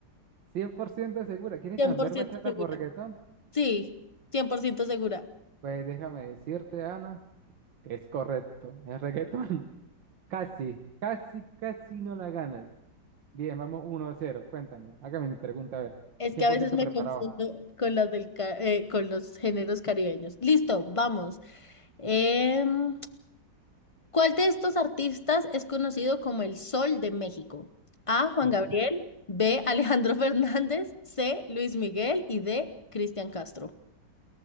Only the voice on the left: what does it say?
<laughs>
cien
por ciento
segura.
Sí, Cien por ciento segura.
Es
que a
veces
me
confundo con las del ca- eh, con los géneros caribeños. Listo, vamos. Em, ¿cuál de estos artistas es conocido como el Sol de México? A. Juan
Gabriel, B. Alejandro <laughs> Fernández, C. Luis Miguel y D. Cristian Castro.